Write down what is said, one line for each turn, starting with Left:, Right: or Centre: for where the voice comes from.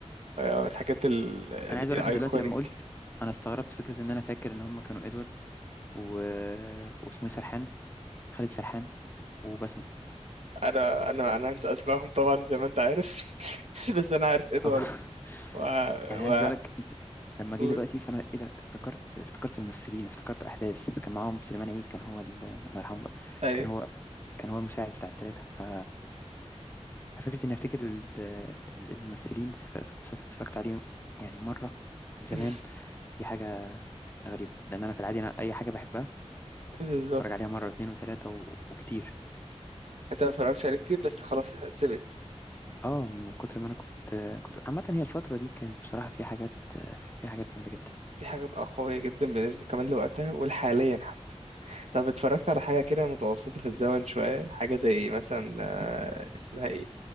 Right: أيوة، من الحاجات ال- ال-
Left: انا عايز اقول
Right: الايكونيك
Left: لك انت دلوقتي لما قلت انا استغربت فكره ان انا فاكر ان هم كانوا ادوارد و... واسمه إيه سرحان خالد سرحان وبسمه
Right: انا انا انا هنسى اسمائهم طبعا زي ما انت عارف <laughs> بس انا عارف ادوارد
Left: اه <laughs>
Right: و
Left: يعني
Right: و
Left: عايز اقول لك انت لما
Right: قول.
Left: جه دلوقتي فانا ايه ده افتكرت افتكرت الممثلين افتكرت احداث كان معاهم سليمان عيد كان هو ال- الله يرحمه بقى
Right: ايوه
Left: كان هو كان هو المساعد بتاع الثلاثه ف ففكره اني افتكر ال- ال- الممثلين في في مسلسل اتفرجت عليه يعني مره من زمان
Right: <laughs>
Left: دي حاجه غريبه لان انا في العادي انا اي حاجه بحبها
Right: بالظبط
Left: اتفرج عليها مره واثنين وثلاثه وكتير
Right: انت ما اتفرجتش عليه كتير بس خلاص سبت
Left: اه من كتر ما انا كنت كنت عامه هي الفتره دي كانت بصراحه فيها حاجات فيها حاجات جامده جدا
Right: في حاجات قوية جدا بالنسبة كمان لوقتها والحاليا طب اتفرجت على حاجة كده متوسطة في الزمن شوية حاجة زي مثلا آه، اسمها ايه